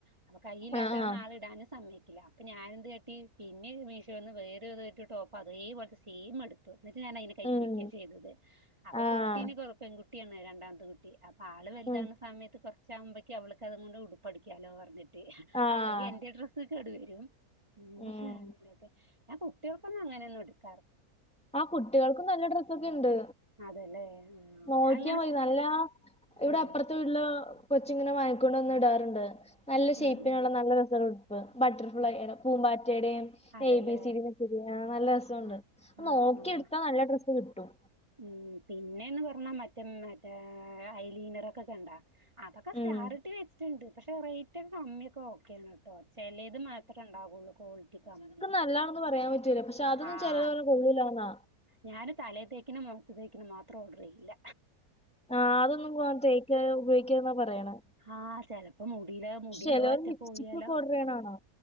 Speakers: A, on the right; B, in the centre.
A: അപ്പൊ കയ്യില്ലാത്തെന്ന്
B: ആഹ് ആഹ്
A: ആള് ഇടാനും സമ്മയിക്കില്ല. അപ്പ ഞാനെന്ത് കാട്ടി പിന്നെ മീഷോന്ന് വേറേതോ. ഒരു ടോപ്പ് അതേ പോലെത്തെ സെയിം ഇടും. എന്നിട്ട് ഞാനയിന് കൈ
B: ഉം
A: വെയ്ക്ക
B: ഉം
A: ചെയ്തത്. അപ്പൊ
B: ആഹ്
A: കുട്ടീന് കു പെൺകുട്ടിയാണ് രണ്ടാമത്തതും. അപ്പൊ ആള് വെലുതാവുന്ന
B: ഉം
A: സമയത്ത് കൊറച്ചാകുമ്പേക്ക്, അവൾക്ക് അത് കൊണ്ട് ഉടുപ്പടിക്കാലോ പറഞ്ഞിട്ട്.
B: ആഹ്
A: അപ്പക്കേ എന്റെ ഡ്രസ്സൊക്കെ കേടു വെരും. <unintelligible>
B: ഉം
A: ടോപ്പെന്നങ്ങനെ <unintelligible>
B: ആ കു ട്ട്യാള്ക്ക് നല്ല ഡ്രെസ്സൊക്കെ ഉണ്ട്.
A: അതല്ലേ ആഹ്
B: നോക്കിയാൽ
A: ഞാൻ അങ്ങനെ
B: മതി
A: സ
B: നല്ലെ ഇവെടെ
A: ആഹ്
B: അപ്പുറത്തെ വീ ല് കൊച്ചുങ്ങനെ വാങ്ങിക്കൊണ്ടു വന്നിടാറണ്ട്. നല്ല ഷേപ്പിനൊള്ള
A: ഉം ഉം
B: നല്ല രസള്ള ഉട്പ്പ്. ബട്ടർഫ്ലൈയുടെ
A: ആഹ്
B: പൂമ്പാറ്റയുടെയും
A: അതല്ലേ
B: എ ബി സിടെ ശരിയാ. നല്ല രസമൊണ്ട്
A: ആഹ് ആഹ്
B: നോക്കി എടുത്താ നല്ല ഡ്രസ്സ് കിട്ടും.
A: ഉം പിന്നേന്ന് പറഞ്ഞാ മറ്റേ മറ്റേ ഐലീനറെക്കെ കണ്ടാ? അതൊക്കെ സ്റ്റാറിട്ട്
B: ഉം
A: വെച്ചിട്ടുണ്ട്. പക്ഷെ റേറ്റക്കെ കമ്മിയൊക്കെ ഓക്കെയാണ് കേട്ടോ. ചെലേത് മാത്രമേ ഉണ്ടാവുള്ളൂ ക്വാളിറ്റി കമ്മി.
B: നല്ലാണെന്നും പറയാൻ പറ്റൂല പക്ഷെ അതൊന്നും
A: ആഹ്
B: ചെലോലർഞ്ഞ് കൊള്ളൂലാന്നാ
A: ഞാന് തലേത്തേക്കിനെ മോത്ത്തേക്കിനെ മാത്രം ഓർഡറെയ്യില്ല
B: ആഹ് അതൊന്നും തേക്ക് ഉപേഗിക്ക്ന്നാ പറയ്ണെ
A: ആഹ് ചെലപ്പോ മുടിയില് മുടിയൊക്കെ
B: ചെലോര്
A: പറ്റെ
B: ലിപ്സ്റ്റിക്കൊക്കേ
A: പോയാലോ
B: ഓട്റെയ്യ്ണാണാ